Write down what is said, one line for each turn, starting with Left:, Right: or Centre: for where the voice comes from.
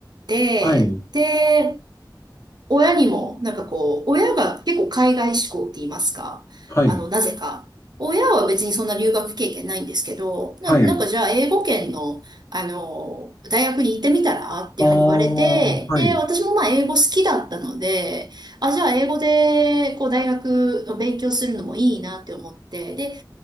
Right: て、
Left: はい、
Right: で、親にも、なんかこう、親が結構海外志向って言いますか、
Left: はい、
Right: あの、なぜか。親は別にそんな留学経験ないんですけど、な、
Left: はい。
Right: なんかじゃあ英語圏の、あの、大学に行ってみたらっていうふうに言われて、
Left: ああ、はい、
Right: で、私もまあ英語好きだったので、あ、じゃあ英語でこう大学を勉強するのもいいなって思って、で、